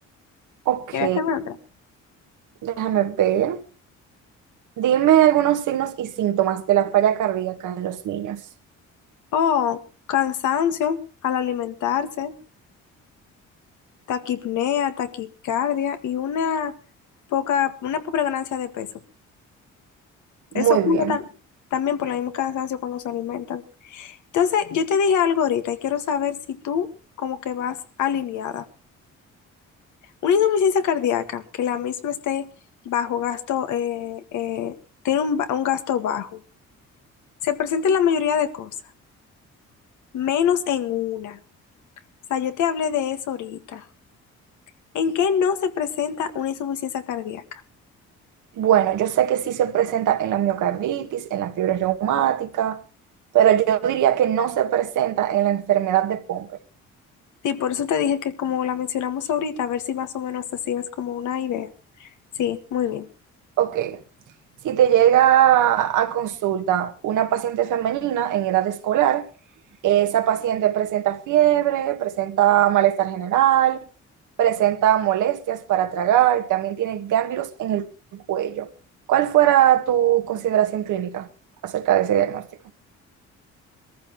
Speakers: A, on the right; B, on the left.
A: Ok,
B: ¿Quieres hacer otra?
A: déjame ver. Dime algunos signos y síntomas de la falla cardíaca en los niños.
B: O cansancio al alimentarse, taquipnea, taquicardia y una poca, una pobre ganancia de peso.
A: Muy
B: Eso ocurre
A: bien.
B: tam- también por el mismo cansancio cuando se alimentan. Entonces, yo te dije algo ahorita y quiero saber si tú como que vas alineada. Una insuficiencia cardíaca, que la misma esté bajo gasto, eh, eh, tiene un, ba- un gasto bajo. Se presenta en la mayoría de cosas, menos en una. O sea, yo te hablé de eso ahorita. ¿En qué no se presenta una insuficiencia cardíaca?
A: Bueno, yo sé que sí se presenta en la miocarditis, en la fiebre reumática, pero yo diría que no se presenta en la enfermedad de Pompe.
B: Sí, por eso te dije que como la mencionamos ahorita, a ver si más o menos así es como una idea. Sí, muy bien.
A: Ok, si te llega a consulta una paciente femenina en edad escolar, esa paciente presenta fiebre, presenta malestar general, presenta molestias para tragar y también tiene ganglios en el cuello. ¿Cuál fuera tu consideración clínica acerca de ese diagnóstico?